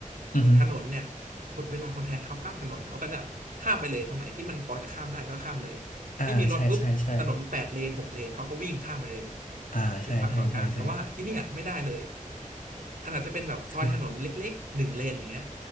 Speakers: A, on the right (about 85°); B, on the left (about 80°).
A: เหมือนถนนเนี่ย
B: อือฮึ
A: คนเวลาคนไทยเขาข้ามถนนเขาก็จะข้ามไปเลยตรงไหนที่มันพอจะข้ามได้ก็ข้ามเลย
B: อ่าใช่ใช่ใช่
A: ไม่มีรถปุ๊บถนนแปดเลนหกเลนเขาก็วิ่งข้ามไปเลย
B: อ่าใช่ใช่ใช่
A: หยุดพักเกาะกลางแต่ว่าที่เนี่ยไม่ได้เลย
B: <laughs> ใช่
A: ขนาดจะเป็นแบบซอยถนนเล็กๆหนึ่งเลนอย่างเงี้ย
B: คือ